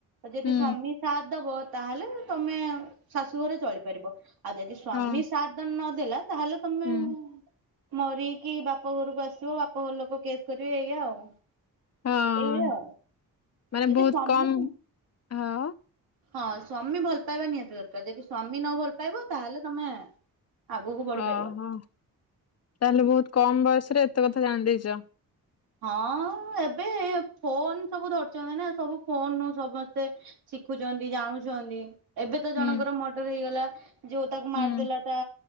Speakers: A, on the right; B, on the left.
A: ଯଦି
B: ହୁଁ
A: ସ୍ୱାମୀ ସାଥ ଦବ ତାହେଲେ ତମେ ଶାଶୁ ଘରେ ଚଳିପାରିବ ଆଉ ଯଦି ସ୍ଵାମୀ
B: ହଁ
A: ସାଥ ନଦେଲା ତାହେଲେ ତମେ
B: ହୁଁ
A: ମରିକି ବାପ ଘରକୁ ଆସିବ ବାପ ଘର ଲୋକ କେସ୍ କରିବେ ଏଇଆ ଆଉ।
B: ହଁ
A: ଏଇଆ
B: ମାନେ
A: ଯଦି
B: ବହୁତ
A: ସ୍ଵାମୀ
B: କମ୍ ହଁ
A: ହଁ ସ୍ଵାମୀ ଭଲ ପାଇବା ନିହାତି ଦରକାରଯଦି ସ୍ଵାମୀ ନ ଭଲ ପାଇବ ତାହେଲେ ତମେ ଆଗକୁ ବଢି
B: ଅହୋ
A: ପାରିବନି
B: ତାହେଲେ ବହୁତ କମ୍‌ ବୟସରେ ଏତେ କଥା ଜାଣିଦେଇଛ।
A: ହଁ ଏବେ ଫୋନ୍‌ ସବୁ ଧରିଛନ୍ତି ନା ସବୁ ଫୋନ୍‌ ରୁ ସମସ୍ତେ ଶିଖୁଛନ୍ତି ଜାଣୁଛନ୍ତି। ଏବେ ତ ଜଣଙ୍କର
B: ହୁଁ
A: ମର୍ଡର ହେଇଗଲା ଯୋଉ ତାକୁ
B: ହୁଁ
A: ମାରିଦେଲା ତା